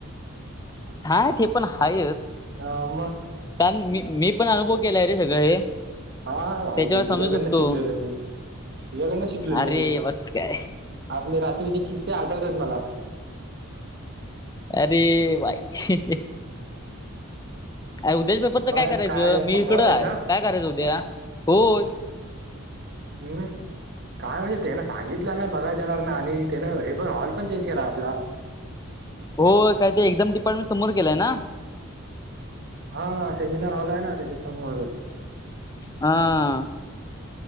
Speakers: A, on the left; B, on the right.
A: हा ते पण हायेच.
B: हा मग.
A: कारण मी मी पण अनुभव केलाय रे सगळं हे.
B: हा भाई
A: त्याच्यावर समजू
B: तुझ्याकडनं
A: शकतो
B: शिकलेलो आहे मी. तुझ्याकडनं शिकलेल
A: अरे
B: आहे मी
A: बस काय
B: आपले रात्रीचे किस्से आटवतात मला.
A: अरे बाई. अ उद्याच्या पेपरच
B: मग
A: काय करायचं मी
B: पंपावर
A: इकडं
B: आहेस
A: आहे काय करायचं उद्या होय.
B: हम्. काय म्हणजे त्यान सांगितलं नाही बघाय जाणार नाही आणि त्यानं हे पण हॉल पण चेंज केला आपला.
A: हो काय ते एक्झम डिपार्टमेंट समोर केलंय ना.
B: हा सेमिनार हवलाय ना त्याच्यासमोरच.
A: हा आ.